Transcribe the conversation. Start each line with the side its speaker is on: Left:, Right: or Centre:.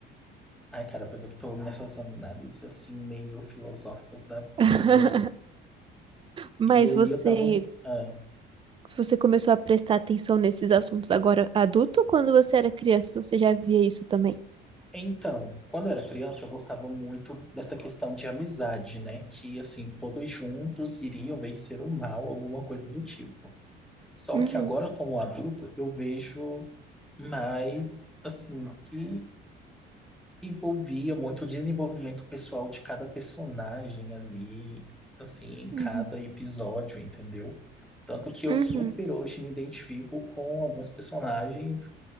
Centre: Ai, cara, pois eu tô nessas análises, assim, meio filosóficas da vida.
Right: <laughs> Mas
Centre: E aí
Right: você,
Centre: eu tava. ah,
Right: você começou a prestar atenção nesses assuntos agora adulto ou quando você era criança, você já via isso também?
Centre: Então, quando eu era criança, eu gostava muito dessa questão de amizade, né? Que, assim, todos juntos iriam vencer o mal, alguma coisa do tipo. Só
Right: Uhum,
Centre: que agora, como adulto, eu vejo mais, assim, que envolvia muito o desenvolvimento pessoal de cada personagem ali, assim, em
Right: uhum,
Centre: cada episódio, entendeu? Tanto que eu
Right: uhum.
Centre: super hoje me identifico com alguns personagens